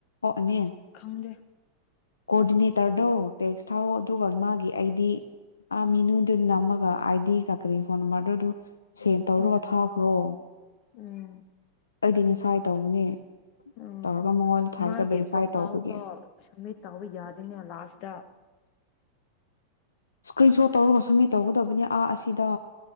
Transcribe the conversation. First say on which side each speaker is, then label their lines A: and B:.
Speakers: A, on the left; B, on the left.
A: ꯀꯃꯦ
B: ꯈꯪꯗꯦ
A: ꯀꯣꯑꯣꯔꯗꯤꯅꯦꯇꯔ ꯣ ꯇꯦꯛꯁ ꯊꯥꯎ ꯑꯗꯨꯒ ꯃꯥ ꯑꯩꯗꯤ ꯑ ꯃꯤꯅꯨꯗꯨ ꯅꯝꯃꯒ ꯑꯩꯗꯤ ꯀꯥꯀꯔꯤ ꯐꯣꯟ꯭ꯔꯣꯗꯨ ꯁꯦꯟ ꯇꯧꯔꯒ
B: ꯎꯝ
A: ꯊꯥꯈ꯭ꯔꯣ
B: ꯎꯝ
A: ꯑꯩꯗꯤ ꯉꯁꯥꯏ ꯇꯧꯕꯅꯦ
B: ꯎꯝ
A: ꯇꯧꯔꯒ ꯃꯉꯣꯟꯗ ꯊꯥꯔꯒ
B: ꯃꯥꯒꯤ
A: ꯚꯦꯔꯤꯐꯥꯏ
B: ꯄ꯭ꯔꯣꯐꯥꯏꯜꯗꯣ
A: ꯇꯧꯕꯒꯤ
B: ꯁꯕꯃꯤꯠ ꯇꯧꯕ ꯌꯥꯗꯣꯏꯅꯦ ꯂꯥꯁꯇ
A: ꯏꯁꯀ꯭ꯔꯤꯟ ꯁꯣꯠ ꯇꯧꯔꯒ ꯁꯨꯝꯃꯤ ꯇꯧꯒꯗꯕ ꯍꯥꯏꯕꯅꯤ ꯑꯥ ꯑꯁꯤꯗ